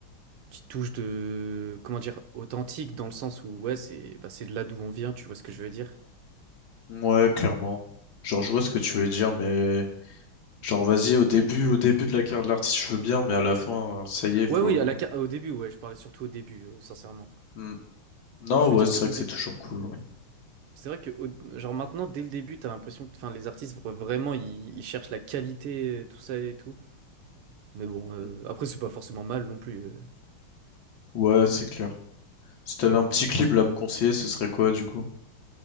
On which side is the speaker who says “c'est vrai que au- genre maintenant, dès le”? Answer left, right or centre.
Right